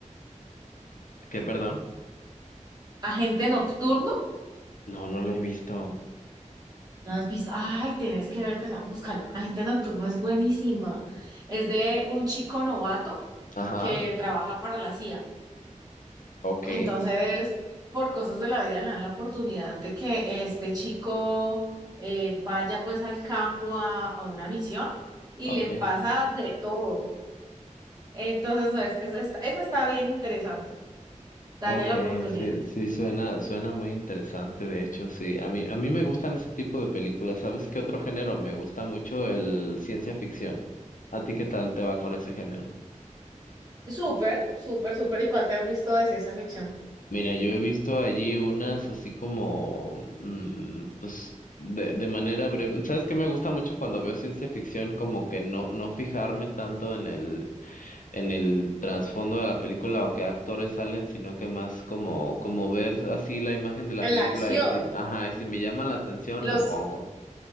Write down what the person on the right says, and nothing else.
Agente Nocturno,
¿no has visto? Ay, tenés que vértela, búscala. Agente Nocturno es buenísima. Es de un chico novato
que trabaja para la CIA.
Entonces, por cosas de la vida le dan la oportunidad de que este chico eh, vaya pues al campo a, a una misión y
le pasa de todo. Entonces, no, es, es, está- esa está bien interesante. Dale
la oportunidad.
Súper, súper, súper. ¿Y cuál te has visto de ciencia ficción?
En
la acción,
los,